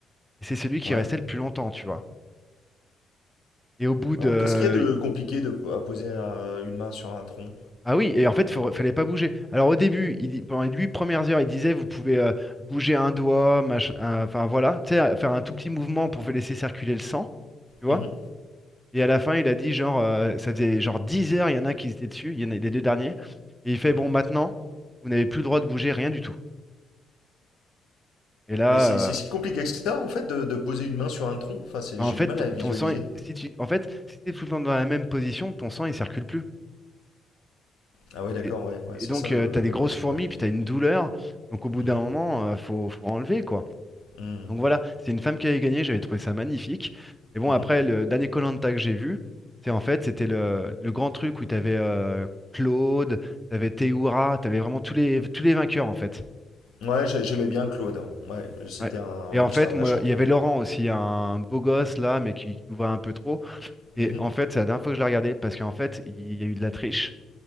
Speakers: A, in the centre; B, on the left.
A: et c'est celui qui
B: ouais.
A: restait le plus longtemps, tu vois. Et au bout de,
B: Alors,
A: euh,
B: qu'est-ce qu'il y a de compliqué de, à poser un- une main sur un tronc?
A: Ah oui, et en fait, il fallait pas bouger. Alors au début, il dit- pendant les huit premières heures, il disait, vous pouvez euh, bouger un doigt, mach- un- enfin voilà, tu sais, euh, faire un tout petit mouvement pour laisser circuler le sang, tu vois.
B: Mhm,
A: Et à la fin, il a dit, genre, euh, ça faisait genre 10 heures, il y en a qui étaient dessus, il y en a les deux derniers. Et il fait,
B: mhm.
A: bon, maintenant, vous n'avez plus le droit de bouger, rien du tout. Et là,
B: Mais c'est c'est si
A: euh,
B: compliqué que ça, en fait, de, de poser une main sur un tronc? Enfin, c'est-
A: en
B: j'ai
A: fait,
B: du mal
A: ton,
B: à visualiser.
A: ton sang, est- si tu, en fait, si t'es tout le temps dans la même position, ton sang, il circule plus.
B: Ah ouais, d'accord,
A: Et,
B: ouais, ouais,
A: et
B: c'est
A: donc,
B: ça
A: tu
B: le...
A: t'as des grosses fourmis,
B: Ouais.
A: puis t'as une douleur. Donc au bout
B: Mhm,
A: d'un moment, euh, faut, faut enlever, quoi.
B: mhm,
A: Donc voilà, c'est une femme qui avait gagné, j'avais trouvé ça magnifique. Et bon,
B: mhm.
A: après, le dernier koh que j'ai vu, c'est en fait, c'était le, le grand truc où t'avais avais Claude, t'avais Théoura, t'avais vraiment tous les, tous les vainqueurs en fait.
B: Ouais, j'ai- j'aimais bien Claude. hein. Ouais, c'était
A: Ouais.
B: un,
A: Et
B: ouais,
A: en
B: lui,
A: fait,
B: c'était un
A: moi,
B: vrai champion.
A: il y avait Laurent aussi, un beau gosse là, mais qui, qui nous voit un peu trop. Et
B: Mhm.
A: en fait, c'est la dernière fois que je l'ai regardé parce qu'en fait, il y a eu de la triche.